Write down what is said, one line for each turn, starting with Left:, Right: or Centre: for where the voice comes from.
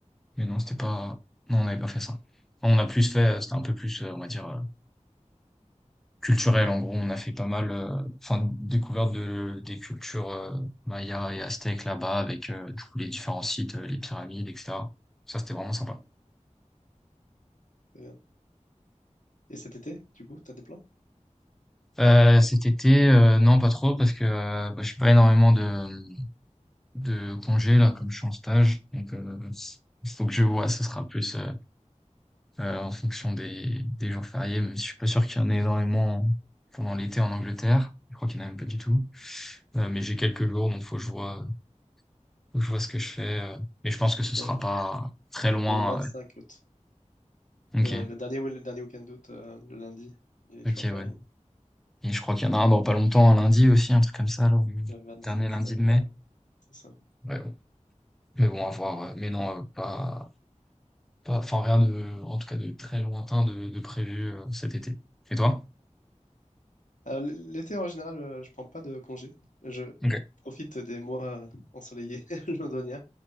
Centre: mais non c'était pas non on n'avait pas fait ça. Enfin, On a plus fait, heu, c'était un peu plus, heu, on va dire, heu, culturel en gros. On a fait pas mal, heu, enfin découverte de des cultures, heu, mayas et aztèques là-bas avec, heu, du coup les différents sites, heu, les pyramides et cetera. Ça c'était vraiment sympa.
Left: c'est bien. Et cet été, du coup, t'as des plans?
Centre: Heu, cet été, heu, non pas trop parce que, heu, bah, je fais pas énormément de, mmh de congé là comme je suis en stage donc euh, il faut que je vois ce sera plus euh, euh, en fonction des des jours fériés même si je suis pas sûr qu'il y en ait énormément pendant l'été en Angleterre je crois qu'il y en a même pas du tout Euh, mais j'ai quelques jours donc faut que je vois faut que je vois ce que je fais euh. mais je pense que ce
Left: Il
Centre: sera
Left: y a, il
Centre: pas très loin
Left: y a le 25 août.
Centre: euh.
Left: Le,
Centre: ok
Left: le dernier, le dernier week-end d'août, euh, le lundi. Il est toujours
Centre: ok
Left: férié.
Centre: ouais et je crois qu'il y en a un dans pas longtemps un lundi aussi un truc comme ça là le
Left: Le 27,
Centre: dernier lundi
Left: ouais,
Centre: de
Left: ouais,
Centre: mai
Left: c'est ça.
Centre: ouais bon. mais bon à voir euh. mais non euh, pas Pas enfin rien de en tout cas de très lointain de de prévu, heu, cet été. Et toi?
Left: Euh, l'été, en général, euh, je prends pas de congé. Je
Centre: OK.
Left: profite des mois ensoleillés <laughs> londoniens.